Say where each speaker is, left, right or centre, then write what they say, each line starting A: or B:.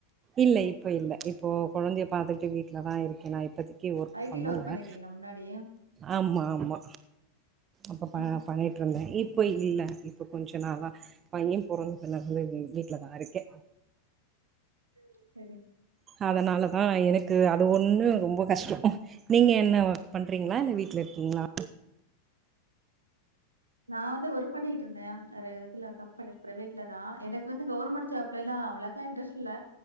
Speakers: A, on the right; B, on the right.
A: இல்ல இப் இப்ப இல்ல இப்போ கொழந்தய பாத்துக்கிட்டு வீட்ல தா இருக் கேனா இப்பதி க்கி ஒர்க்
B: ஐடில
A: பண்ணல
B: பண்ணிருக்கீங்களா முன்னாடி?
A: ஆமா ஆமா அப்ப ப
B: ம்.
A: பண்ணிட்டுருந்தே இப் இப்போ இல்ல இப்ப கொஞ்சோ நாளா பையே பொறந்ததுலருந்து வீட்லதா இருக்கே
B: உம் செரி
A: அதனால தா எனக்கு அது ஒ ன்னு ரொம்ப கஷ்டோ நீங்க என்ன ஒர்க் பண்றீங்களா இல்ல வீட் லருக்கிங்களா
B: நா வந்து ஒரு ஒர்க் பண்ணிகிட்டு இருந்தே ஒரு இதுல அப்ப எனக்கு பிரைவேட்ல தா எனக்கு வந்து கவுர்மண்ட் ஜாப் லல்லா அவ்ளக்கா இன்ட்ரஸ்ட் இல்ல